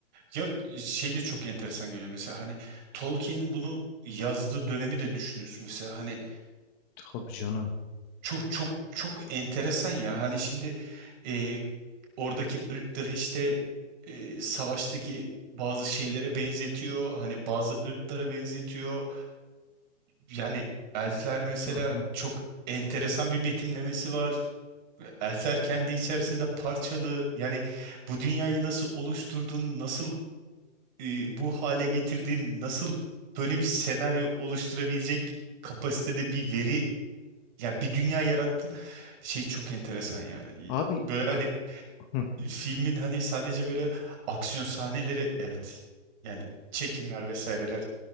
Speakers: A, on the right; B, on the left.
A: Ya şey de çok enteresan geliyor mesela hani Tolkien'in bunu yazdığı dönemi de düşünüyorsun mesela hani
B: Tabii canım.
A: çok çok çok enteresan ya hani şimdi e, oradaki ırkları işte e, savaştaki bazı şeylere benzetiyor hani bazı ırklara benzetiyor Yani elfler mesela
B: Hı hı.
A: çok enteresan bir betimlemesi var. Elfler kendi içerisinde parçalı. Yani bu dünyayı nasıl oluşturdun, nasıl e, bu hale getirdin, nasıl böyle bir senaryo oluşturabilecek kapasitede bir veri, ya bir dünya yarattın. Şey çok enteresan ya.
B: Abi
A: Böyle
B: bak
A: hani
B: hı
A: filmin hani sadece böyle aksiyon sahneleri evet. Yani çekimler vesaireler